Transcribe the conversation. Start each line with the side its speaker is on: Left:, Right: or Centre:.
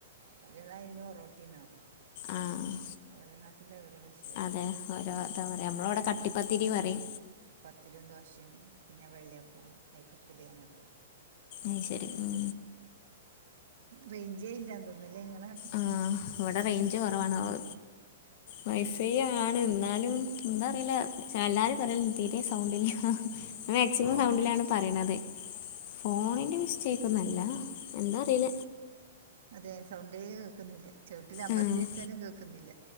Right: <unintelligible> ഒറോട്ടിന്ന്റിയും
Left: ആ ആ
Right: ഓരോ നാട്ടില് ഒരോ വശ്
Left: അതെ ഓരോ എത്താ പറയാ, നമ്മള്വടെ കട്ടിപ്പത്തിരി
Right: പത്തിലെന്ന്
Left: പറിം
Right: തന്നെ അറിയും പത്തിലും ദോശയും പിന്നെ വെള്ളിയപ്പം നെയ്പ്പത്തിലി അങ്ങത്തെ
Left: അയ് ശരി ഉം
Right: റേഞ്ചേ ഇല്ല തോന്നുന്നല്ലേ ഇങ്ങളെ
Left: ആ ഇവിടെ റൈഞ്ച് കൊറവാണോൾ വൈഫൈയ്യാണ്, ന്നാലും എന്താ അറീല, എല്ലാരും പറയല് തീരെ സൗണ്ടില്ല മാക്സിമം
Right: ഫോണിൻ്റെ
Left: സൗണ്ടിലാണ്
Right: ഇഷ്ടിക്ക
Left: പറയണത് ഫോണിന്റെ മിസ്റ്റേക്ക് ഒന്നുംല്ല എന്താ അറീല
Right: അതെ സൗണ്ടേ കേക്കുന്നില്ല ചെവിട്ടിലമർത്തി
Left: ആ
Right: വെച്ചാലും കേക്കുന്നില്ല